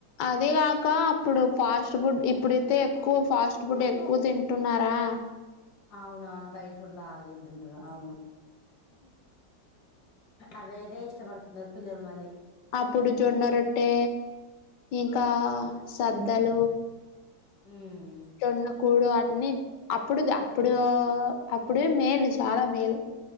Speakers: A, on the left; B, on the left.
A: అదిగాక అప్పుడు ఫాస్ట్ బుడ్ ఇప్పుడైతే ఎక్కువ ఫాస్ట్ బుడే ఎక్కువ టున్నారా
B: అవునవును బయట ఫుడ్ బాగ తింటున్నరు అవును అవేదే ఇష్టపడుతున్నారు పిల్లలు మళ్ళీ
A: అప్పుడు జొన్న రొట్టె ఇంకా సద్దలు
B: మ్మ్
A: జొన్న కూడు అన్ని అప్పుడు అప్పుడు అప్పుడు మేలు చాలా మేలు